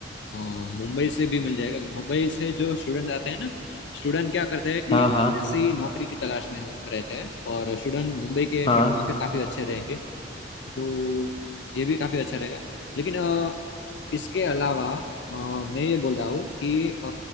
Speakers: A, on the left; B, on the left.
A: अ, मुंबई से भी मिल जाएगा मुंबई से जो स्टूडेंट आते हैं ना स्टूडेंट क्या करते हैं कि
B: हाँ हाँ
A: ऐसी नौकरी की तलाश में हो- रहते हैं और स्टूडेंट मुंबई के
B: हाँ
A: पढ़े लिखे काफ़ी अच्छे रहेंगे तो ये भी काफ़ी अच्छा रहेगा लेकिन अ, इसके अलावा अ, मैं ये बोल रहा हूँ कि अ,